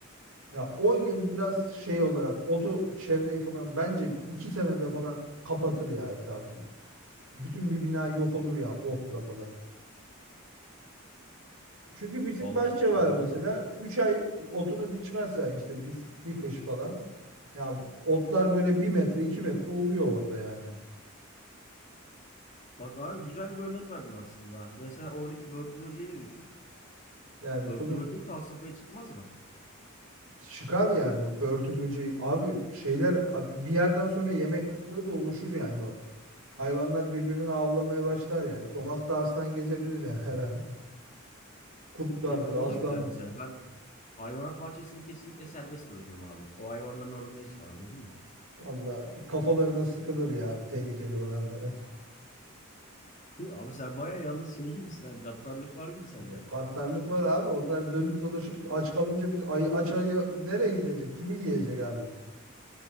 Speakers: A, on the right; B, on the left.
A: ya 10 yıl biraz şey olarak oto çevreyi falan bence 2 senede falan kapatır ya etrafı. Bütün bir bina yok olur ya otla falan. Çünkü bizim
B: Vallahi
A: bahçe var
B: doğru.
A: mesela. üç ay otunu biçmezsen işte bir, bir kış falan. Ya otlar böyle bir metre 2 metre oluyor orada yani.
B: Bak abi güzel bir örnek verdin aslında. Mesela oradaki börtü böceği de düşün.
A: Yani
B: Börtü
A: sonuç
B: böcek de has safhaya çıkmaz mı?
A: çıkar yani börtü böceği. Abi şeyler abi bir yerden sonra yemek kıtlığı da oluşur yani o. Hayvanlar birbirini avlamaya başlar yani. Sokakta aslan gezebilir yani her an. <laughs> Kurtlardır
B: Evet bak
A: aslan.
B: o da güzel mesela. Ben hayvanat bahçesini kesinlikle serbest bırakıyorum abi. O hayvanların orada ne işi var anladın mı?
A: Valla bir kafalarına sıkılır ya tehlikeli olanların.
B: <laughs> Abi sen baya yalnız şey gibisin. Ha, gaddarlık var gibi sende.
A: Ya Gaddarlık var abi. Onlar dönüp dolaşıp aç kalınca biz ay, aç ayı nereye gidecek? Kimi yiyecek abi?